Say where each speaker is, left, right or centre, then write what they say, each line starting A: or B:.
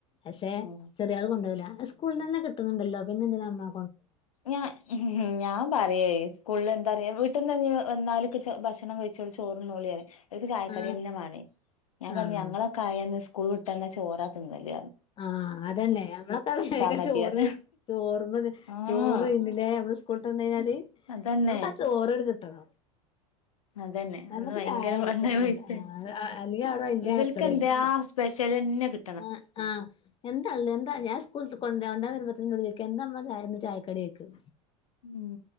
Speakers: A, on the left; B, on the left.
A: പക്ഷേ
B: ആഹ്
A: ചെറിയാള് കൊണ്ടോവുല്ലാ സ്കൂള്ന്നന്നെ കിട്ട്ണണ്ടല്ലോ പിന്നെ എന്തിനാ ഇമ്മാ
B: ഞാ ഞാൻ പറിയേ സ്കൂള്ല് എന്താറിയോ വീട്ട്ന്ന്ഞ്ഞ് വ വന്നാല്ക്ക് <unintelligible> ഭക്ഷ് ച്ചണം കഴിച്ചോളി ചോറ്ന്നോളിയറിം ഓല്ക്ക് ചായക്കടിയന്നെ
A: ആഹ്
B: മാണേ ഞാ
A: ആഹ്
B: പറഞ്ഞ് ഞങ്ങളൊക്കെ ആയന്ന് സ് ക്കൂള് വിട്ടന്നാ ചോറാതിന്നല്
A: ആഹ് അതന്നെ നമ്മളൊക്ക വേഗം
B: മതിയന്ന്
A: ചോറ് ചോറ്മ്മന്നെ
B: ആഹ്
A: ചോറേര്ന്ന്ല്ലേ അമ്മള് സ്കൂള്ട്ടന്നഴിഞ്ഞാല്
B: അതന്നെ
A: നമ്മക്കാ ചോറ്ട്ട് കിട്ടണം
B: അതന്നെ
A: നമുക്ക്
B: അന്ന് ഭയങ്കര
A: ചായ
B: പള്ളെപയിപ്പേനി
A: ഇതൊന്നുല്ല ആഹ് അല്ലെങ്കി അവിടെ വല്യ
B: ഇവല്ക്കെന്ത്യെ
A: കച്ചറേണ്
B: ആഹ് സ്പെഷ് യലന്നെ കി
A: ആഹ് ആഹ് എന്താള്ളെ എന്താ ഞാൻ സ്കൂൾട്ട് കൊണ്ടരാണ്ടെ <unintelligible> വരുമ്പത്തിനും ഇന്നോട് ചോയിക്കാ എന്താമ്മ ചായ ഇന്ന് ചായക്കടിയോയ്ക്കും
B: ഉം